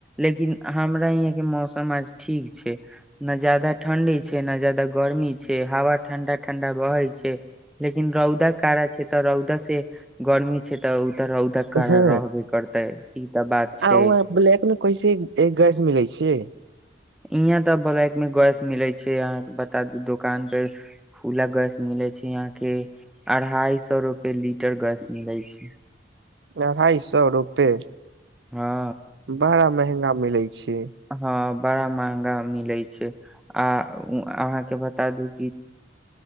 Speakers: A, in the centre; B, on the right.
A: लेकिन हमरा यहाँ के मौसम आज ठीक छै ने जादा। ठंडी छै ने जादा गर्मी छै। हावा ठण्डा- ठण्डा वहै छै। लेकिन रौदा कारा छै तऽ रौदा से। गर्मी छै तऽ। तऽ रौदा कड़ा
B: ह
A: रहबे करतै ई तऽ बात छै
B: आ ब्लैक मे कैसे गैस मिलै छै।
A: यहाँ तऽ ब्लैक मे गस मिलै छै यहाके बता दू दुोकान पे खुला गस मिलै छै यहा के अढ़ाई सए रूपे लीटर गस मिलै छै।
B: अढ़ाइ सए रुपे।
A: हँ
B: बड़ा महंगा मिलै छै।
A: हँ बड़ा महगा मिले छै आ अहाँके बता दू